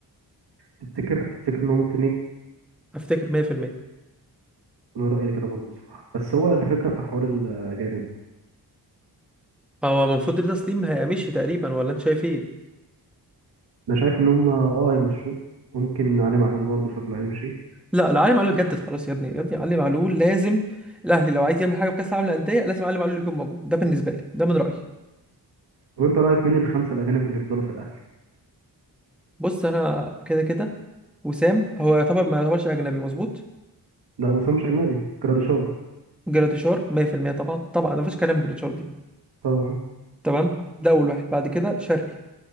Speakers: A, on the right; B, in the centre.
A: تفتكر تفتكر إنه ممكن يجي
B: افتكر 100%
A: أنا رأيي كده برضه صراحة بس هو الفكرة في حوار الأجانب
B: هو المفروض رضا سليم هيمشي تقريبا ولا انت شايف ايه
A: أنا شايف إن هم اه يمشوه ممكن علي معلول برضه شكله هيمشي
B: لا لا علي معلول جدد خلاص يا ابني يا ابني علي معلول لازم الاهلي لو عايز يعمل حاجه في كاس العالم للانديه لازم علي معلول يكون موجود ده بالنسبه لي ده من رايي
A: طب أنت رأيك مين الخمسة الأجانب اللي يفضلوا في الأهلي؟
B: بص انا كده كده وسام هو يعتبر ما يعتبرش اجنبي مظبوط
A: لا وسام مش أجنبي جراديشار
B: جراتيشار 100% طبعا طبعا ما فيش كلام جراتيشار دي
A: طبعا
B: تمام ده اول واحد بعد كده شرقي